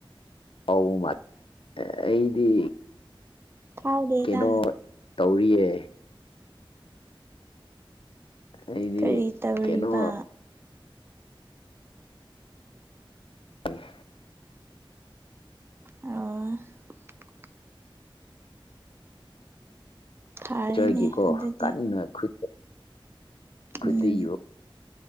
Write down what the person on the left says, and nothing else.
ꯑꯥꯎ ꯃꯥꯜ ꯑꯩꯗꯤ
ꯀꯩꯅꯣ ꯇꯧꯔꯤꯌꯦ ꯑꯩꯗꯤ
ꯀꯩꯅꯣ <unintelligible>
ꯀꯤꯛꯆꯔꯒꯦꯀꯣ
ꯀꯟꯅ ꯈꯨꯠꯇ ꯈꯨꯠꯇ
ꯏꯕ